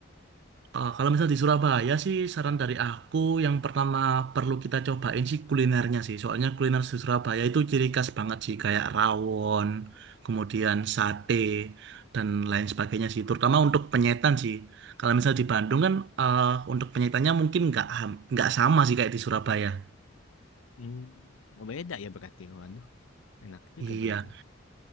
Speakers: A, on the right; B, on the left.
A: Ah, kalau misal di Surabaya sih saran dari aku yang pertama perlu kita cobain sih kulinernya sih. Soalnya kuliner di Surabaya itu ciri khas banget sih kayak rawon, kemudian sate dan lain sebagainya sih. Terutama untuk penyetan sih. Kalau misal di Bandung kan eh, untuk penyetannya mungkin nggak ham- nggak sama sih kayak di Surabaya.
B: Hmm, oh, beda ya berarti. Waduh, enak juga
A: Iya.
B: berarti.